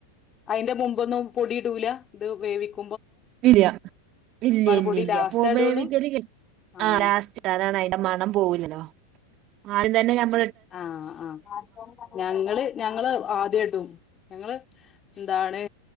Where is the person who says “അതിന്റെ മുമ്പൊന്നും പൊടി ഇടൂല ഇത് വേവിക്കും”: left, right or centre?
Left